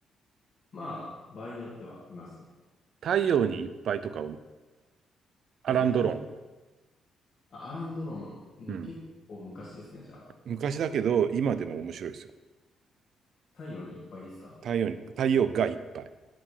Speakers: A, on the left; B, on the right.
A: まあ、場合によっては見ますね。
B: 太陽にいっぱいとか、アランドロン。
A: ええあ、アラン・ドロン、うん結構昔ですね。
B: うん。
A: じゃあ、
B: 昔だけど、今でも面白いですよ。
A: 太陽にいっぱいですか
B: 太陽に、太陽がいっぱい。